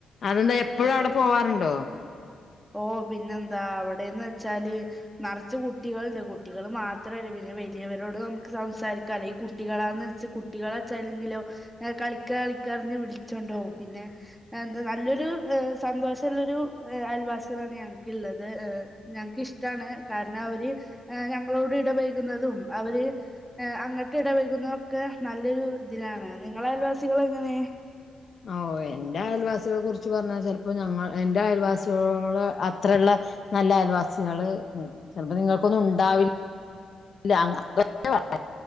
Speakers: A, on the left; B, in the centre.
A: അതെന്താ എപ്പഴും
B: അതെ
A: അവ്ടെ പോവാറ്ണ്ടോ
B: ഓ പിന്നെന്താ അവിടേന്ന് വെച്ചാല് നറച്ച് കുട്ടികൾണ്ട് കുട്ടികള് മാത്രല്ല പിന്നെ വലിയവരോട് നമുക്ക് സംസാരിക്കാല്ലേ ഈ കുട്ടികളാന്ന് വെച്ച കുട്ടികളെ വച്ചല്ലെങ്കിലോ കളിക്കാ കളിക്കാറ്ഞ്ഞ് വിളിച്ചണ്ടോകും പിന്നെ എന്താ നല്ലൊരു സന്തോഷ ഇള്ളരു അൽവാസ് <unintelligible> ഞങ്ങക്ക്ള്ളത് ഞങ്ങ്ക്ക് ഇഷ്ടാണ് കാര്ണം അവര് ഞങ്ങളോട് ഇടപൈകുന്നതും അവര് അങ്ങട്ട് ഇടപൈകുന്ന ഒക്കെ നല്ലൊരു ഇതിലാണ് നിങ്ങളെ അയൽവാസികൾ എങ്ങനെ
A: ഓ എന്റെ അയൽവാസികളെ കുറിച്ച് പറഞ്ഞാ ചെലപ്പോ ഞങ്ങ ഇന്റെ അയൽവാസികളോട് അത്ര ഇള്ള നല്ല അയൽവാസികള് ചെല്പ്പ്പ നിങ്ങക്കൊന്നും ഉണ്ടാവി ഇല്ല <unintelligible>